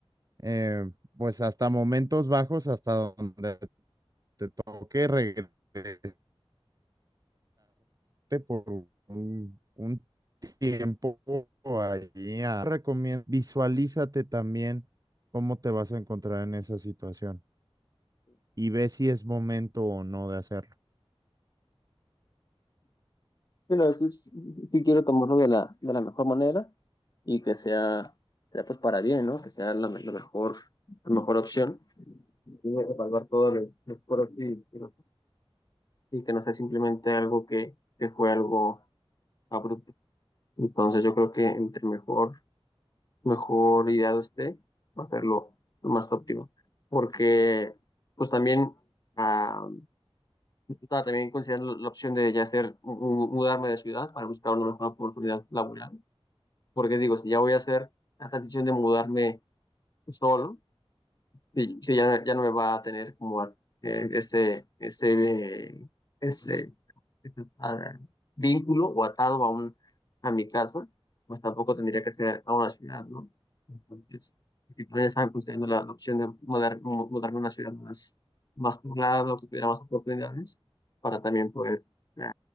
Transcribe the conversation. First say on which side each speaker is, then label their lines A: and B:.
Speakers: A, on the right (about 35°); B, on the left (about 40°).
A: eh, pues hasta momentos bajos, hasta donde te toque regresarte por un, un tiempo ahí. a- Recomiendo, visualízate también cómo te vas a encontrar en esa situación y ve si es momento o no de hacerlo.
B: Pero pues, sí quiero tomarlo de la, de la mejor manera y que sea, sea pues para bien, ¿no? Que sea la, la mejor, la mejor opción. Y evaluar todo lo lo pros y, y los- y que no sea simplemente algo que, que fue algo abrupto. Entonces yo creo que entre mejor, mejor ideado esté, va a ser lo, lo más óptimo. Porque pues también, ah, estaba también considerando la opción de ya hacer, mu- mu- mudarme de ciudad para buscar una mejor oportunidad laboral. porque digo, si ya voy a hacer la decisión de mudarme solo, Sí, sí, ya, ya no me va a tener como eh, este, este, eh, este, este, ah, vínculo o atado a un, a mi casa, pues tampoco tendría que ser a una ciudad, ¿no? Entonces, si todavía estaban considerando la, la opción de mudar, mu- mudarme a una ciudad más, más poblada, que tuviera más oportunidades, para también poder eh,